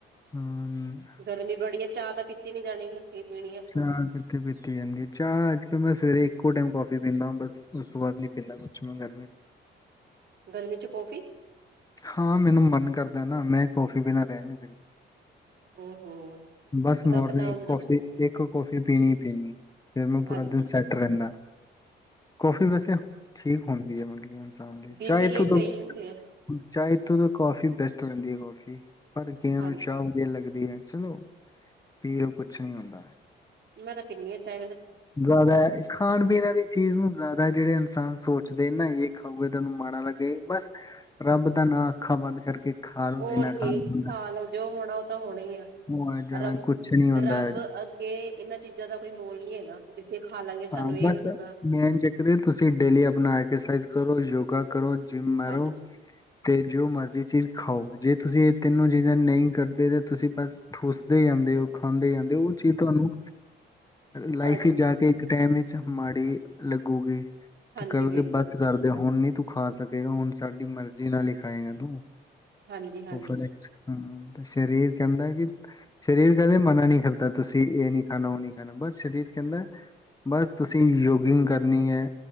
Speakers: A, on the left; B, on the right.
A: ਹਮ
B: ਗਰਮੀ ਬੜੀ ਹੈ ਚਾਹ ਤਾਂ ਪੀਤੀ ਨੀ ਜਾਣੀ ਲੱਸੀ ਪੀਣੀ ਆਪਾਂ
A: ਚਾਹ
B: ਨੂੰ।
A: ਕਿੱਥੇ ਪੀਤੀ ਜਾਂਦੀ ਚਾਹ ਅੱਜ ਕਲ ਮੈਂ ਸਵੇਰੇ ਇੱਕੋ ਟਾਈਮ ਕਫੀ <unintelligible> ਪੀਂਦਾ ਬਸ ਉਸ ਤੋਂ ਬਾਅਦ ਨਹੀਂ ਪੀਂਦਾ ਕੁਛ ਮੈਂ ਗਰਮੀ
B: ਗਰਮੀ ਚ ਕੌਫੀ
A: ਹਾਂ ਮੈਨੂੰ ਮਨ ਕਰਦਾ ਨਾ ਮੈਂ ਕਫੀ ਬਣਾ ਰਿਆ ਨਜ <unintelligible>
B: <unintelligible>
A: ਬਸ
B: ਆਪਣਾ
A: ਮੋਰਨਿੰਗ
B: ਆਪਣਾ ਹੁੰਦਾ
A: ਕੋਫੀ ਇੱਕ ਕੌਫੀ ਪੀਣੀ ਪੀਣੀ ਫਿਰ ਮੈਂ ਪੂਰਾ
B: ਹਾਂਜੀ
A: ਦਿਨ ਸੈੱਟ ਰਹਿੰਦਾ ਕੌਫੀ ਵੈਸੇ ਠੀਕ ਹੁੰਦੀ ਹੈ ਮਤਲਬ
B: ਬੀ
A: ਚਾਹ
B: ਪੀ
A: ਇੱਥੋਂ
B: ਲਈ
A: ਤੋਂ
B: ਸਹੀ ਹੁੰਦੇ ਆ
A: ਚਾਹ ਇੱਥੋਂ ਤੋਂ ਕਾਫੀ ਬੈਸਟ ਕਿਵੇਂ ਦੀ ਆ ਕੌਫੀ ਪਰ ਕਈਆਂ
B: ਹਾਂਜੀ
A: ਨੂੰ ਦੀ ਆ ਚਲੋ ਫੀ ਕੁਛ ਨੀ ਹੁੰਦਾ
B: ਮੈਂ ਤਾਂ ਪਿੰਨੀ ਆ ਚਾਏ
A: ਜ਼ਿਆਦਾ ਖਾਣ ਪੀਣ ਵਾਲੀ ਚੀਜ਼ ਨੂੰ ਜ਼ਿਆਦਾ ਜਿਹੜੇ ਇ ਕਿਸ ਸੋਚਦੇ ਨਾ ਇਹ ਖਾਊਗੇ ਤੁਹਾਨੂੰ ਮਾੜਾ ਲੱਗੇ ਬਸ ਰੱਬ ਦਾ ਨਾ ਅੱਖਾਂ ਬੰਦ ਕਰਕੇ ਖਾ ਲੋ
B: ਹੋਰ
A: ਜਿੰਨਾ
B: ਕੀ
A: ਖਾਣਾ ਹੁੰਦਾ
B: ਖਾ ਲੋ ਜੋ ਹੋਣਾ ਉਹ ਤਾਂ ਹੋਣਾ ਹੀ ਆ
A: ਉਹ ਆ ਜਾਣਾ
B: ਰੱਬ
A: ਕੁਛ ਨਹੀਂ ਹੁੰਦਾ
B: ਰੱਬ ਅੱਗੇ ਇਹਨਾਂ ਚੀਜ਼ਾਂ ਦਾ ਕੋਈ ਮੋਲ ਨੀ ਹੈਗਾ ਅਸੀਂ ਖਾ ਲਾਂਗੇ
A: ਹਾਂ,
B: ਸਾਨੂੰ ਇਹ
A: ਬਸ
B: ਹੋਜੂਗਾ
A: ਮੇਨ ਚੱਕਰ ਤੁਸੀਂ ਡੇਲੀ ਆਪਣਾ ਐਕਸਰਸਾਈਜ਼ ਸੋ ਹੁਣ ਯੋਗਾ ਕਰੋ ਜਿੰਮ ਮਾਰੋ
B: ਹਾਂਜੀ
A: ਤੇ ਜੋ ਮਰਜ਼ੀ ਚੀਜ਼ ਖਾਓ ਜੇ ਤੁਸੀਂ ਇਹ ਤਿੰਨੋਂ ਚੀਜ਼ਾਂ ਨਹੀਂ ਕਰਦੇ ਤਾਂ ਤੁਸੀਂ ਬਸ ਠੂਸਦੇ ਜਾਂਦੇ ਹੋ ਖਾਂਦੇ ਜਾਂਦੇ ਉਹ ਚੀਜ਼ ਤੁਹਾਨੂੰ ਲਾਈਫ
B: ਹਾਂਜੀ
A: ਫਿਰ ਜਾ ਕੇ ਇੱਕ ਟਾਈਮ ਵਿੱਚ ਮਾੜੀ ਲੱਗੂਗੀ। ਤੂੰ
B: ਹਾਂਜੀ
A: ਕਹਿ
B: ਵੀਰ
A: ਕਿ
B: ਜੀ
A: ਬੱਸ ਕਰਦੇ ਹੁਣ ਨੀ ਤੂੰ ਖਾ ਸਕ ਹੁਣ ਸਾਡੀ ਮਰਜ਼ੀ ਨਾਲ ਹੀ ਖਾਏਗਾ ਤੂੰ
B: ਹਾਂਜੀ ਹਾਂਜੀ
A: <unintelligible> ਹਾਂ ਤੇ ਸਰੀਰ ਕਹਿੰਦਾ ਕਿ ਸਰੀਰ ਕਦੇ ਮਨਾ ਨਹੀਂ ਕਰਦਾ ਤੁਸੀਂ ਇਹ ਨੀ ਖਾਣਾ ਉਹ ਨੀ ਖਾਣਾ ਬਸ ਸਰੀਰ ਕਹਿੰਦਾ ਬਸ ਤੁਸੀਂ ਯੋਗਿੰਗ ਕਰਨੀ ਹੈ।